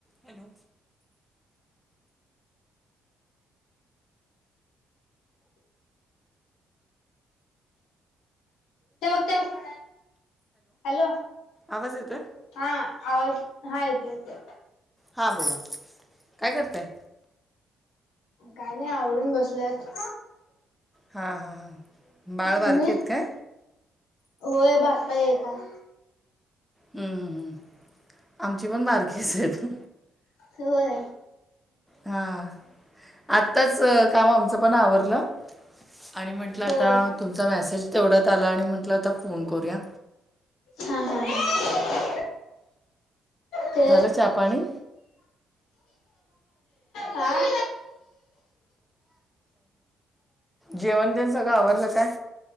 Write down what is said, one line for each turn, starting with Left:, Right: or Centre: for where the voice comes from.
Centre: Hello!
Left: ते बघ ते बघ, हॅलो!
Centre: आवाज येतोय
Left: हा आवाज, हा येत येत.
Centre: हां बोला, काय करताय?
Left: काय नाही आवरुन बसलेत.
Centre: हां हां हां बाळ बारकी
Left: तुम्ही?
Centre: आहेत काय
Left: होय बारता एक हाय.
Centre: हम्म, आमची पण बारकीच आहेत.
Left: होय.
Centre: हा, आत्ताच काम आमचं पण आवरलं. आणि म्हटलं आता,
Left: होय
Centre: तुमचा मेसेज तेवढ्यात आला आणि म्हटलं आता फोन करूया.
Left: हा हा हा. ते
Centre: झालं चहा पाणी
Left: <unintelligible> आ
Centre: जेवण तेन सगळं आवरलं काय?